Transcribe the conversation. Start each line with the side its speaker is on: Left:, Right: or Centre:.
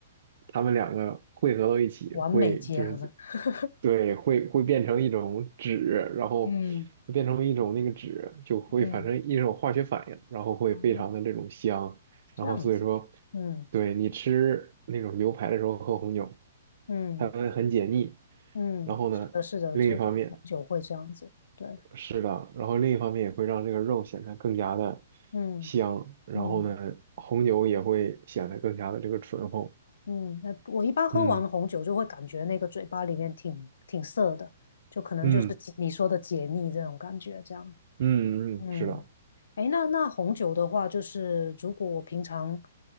Right: 他们两个汇合到一起会就是
Left: 完美结合，<laughs>
Right: 对会会变成一种酯，然后会变成一种那个酯就会反正一种化学反应，
Left: 嗯嗯，
Right: 然后会非常的这种香，
Left: 哦，这样子，
Right: 然后所以说
Left: 嗯
Right: 对你吃那种牛排的时候喝红酒，
Left: 嗯
Right: 它会很解腻，
Left: 嗯，
Right: 然后呢另一方面
Left: 是的，是的，真的红酒会这样子，对，
Right: 是的，然后另一方面也会让这个肉显得更加的
Left: 嗯
Right: 香，然后呢红酒也会显得更加的这个醇厚，
Left: 嗯嗯，那我一般喝完红酒就会感觉那个嘴巴里面挺挺涩的，
Right: 嗯
Left: 就可能就是你说的解腻这种感觉，
Right: 嗯。
Left: 这样。
Right: 嗯嗯，
Left: 嗯，
Right: 是的，
Left: 诶，那那红酒的话，就是如果我平常